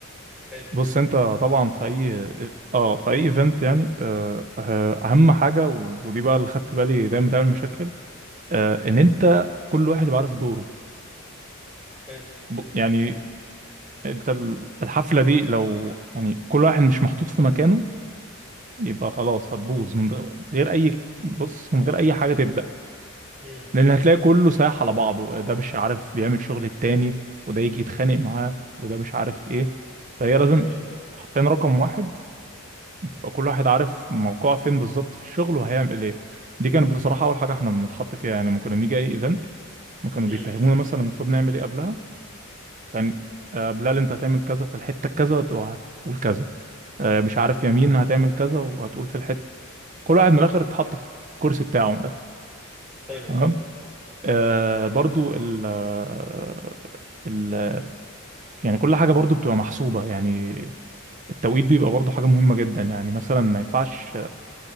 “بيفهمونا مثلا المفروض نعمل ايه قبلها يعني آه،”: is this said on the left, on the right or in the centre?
Right